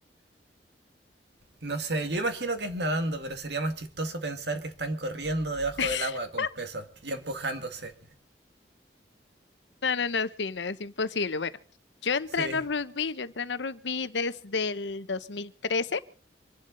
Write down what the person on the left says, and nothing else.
<laughs>
No, no, no, sí, no, es imposible. Bueno, yo entreno
rugby, yo entreno rugby desde el 2013